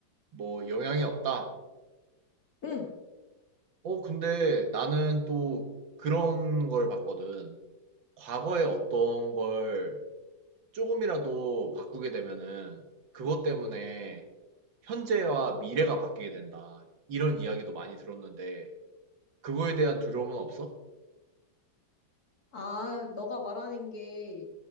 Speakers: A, on the right; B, on the left.
A: 뭐 영향이 없다.
B: 응.
A: 어, 근데 나는 또 그런 걸 봤거든. 과거에 어떤 걸 조금이라도 바꾸게 되면은 그것 때문에 현재와 미래가 바뀌게 된다. 이런 이야기도 많이 들었는데 그거에 대한 두려움은 없어?
B: 아, 너가 말하는 게